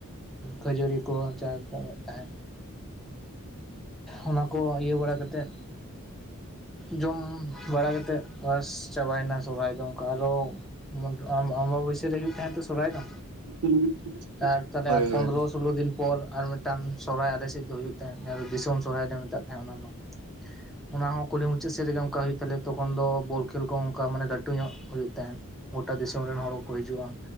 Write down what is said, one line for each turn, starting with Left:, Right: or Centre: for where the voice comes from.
Centre: ᱠᱷᱟᱹᱡᱚᱨᱤ ᱠᱚ ᱪᱟ ᱠᱚ ᱮᱢᱚᱜ ᱛᱟᱦᱮᱫᱼᱼ ᱚᱱᱟ ᱠᱚ ᱤᱭᱟᱹ ᱵᱟᱲᱟ ᱠᱟᱛᱮᱫ ᱡᱚᱢ ᱵᱟᱲᱟ ᱠᱟᱛᱮᱫᱼᱼ ᱵᱟᱥ ᱪᱟᱵᱟᱭ ᱱᱟ ᱥᱚᱦᱨᱟᱭ ᱫᱚ ᱟᱨᱚᱼᱼ ᱟᱢ ᱟᱢᱵᱟ ᱵᱟᱹᱭᱥᱟᱹ ᱨᱮ ᱦᱩᱭᱩᱜ ᱛᱟᱦᱮᱱ ᱛᱮ ᱥᱚᱨᱦᱟᱭ ᱫᱚᱼᱼ
Right: <unintelligible>
Centre: ᱛᱟᱨ ᱛᱟᱦᱚᱞᱮ
Right: ᱦᱳᱭ
Centre: ᱟᱨ ᱯᱚᱱᱨᱚ
Right: ᱦᱳᱭ ᱦᱩᱸ
Centre: ᱥᱳᱞᱳ ᱫᱤᱱ ᱯᱚᱨ ᱟᱨ ᱢᱤᱫᱴᱟᱝ ᱥᱚᱨᱦᱟᱭ ᱟᱞᱮᱥᱮᱫ ᱫᱚ ᱦᱩᱭᱩᱜ ᱛᱟᱦᱮᱸᱫ ᱡᱟᱦᱟ ᱫᱚ ᱫᱤᱥᱚᱢ ᱥᱚᱨᱦᱟᱭ ᱢᱮᱛᱟᱜ ᱠᱟᱱᱟ ᱱᱟᱣᱟ ᱫᱚ ᱚᱱᱟ ᱦᱚᱸ ᱠᱩᱞᱦᱤ ᱢᱩᱪᱟᱹᱫ ᱥᱮᱫ ᱨᱮᱜᱮ ᱚᱱᱠᱟ ᱦᱩᱭᱩᱜ ᱛᱟᱞᱮ ᱛᱚᱠᱷᱚᱱ ᱫᱚ ᱵᱚᱞ ᱠᱷᱮᱞ ᱠᱚ ᱚᱱᱠᱟ ᱢᱟᱱᱮ ᱞᱟᱹᱴᱩ ᱧᱚᱜ ᱦᱩᱭᱩᱜ ᱛᱟᱦᱮᱱ ᱜᱳᱴᱟ ᱫᱤᱥᱚᱢ ᱨᱮᱱ ᱦᱚᱲ ᱠᱚ ᱠᱚ ᱦᱤᱡᱩᱜ-ᱟ